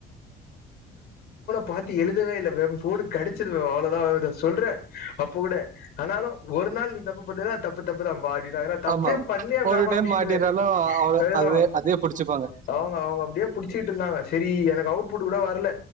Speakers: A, on the left; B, on the right.
A: போனை எழுதவே க சொல்றேன் அப்ப கூட ஆனாலும் ஒரு நாள் தப்புான் தப்பு தப்பு தான் வாி ா தப்பே
B: ஆமா
A: பண்ணலிய
B: ஒரு
A: மேம்
B: டைம்
A: இ
B: மாட்டிட்டாலும்
A: இத தப்பே பண்ணலயா மேம் அப்படனு
B: அவ்வளோ-
A: அதுதான்
B: அதுவே அதே பிடிச்சிப்பாங்க
A: அவங்க அவங்க அப்படியே புடிச்சக்கிட்டு இருந்தாங்க சரி எனக்கு அவுட்பட் கூட வரல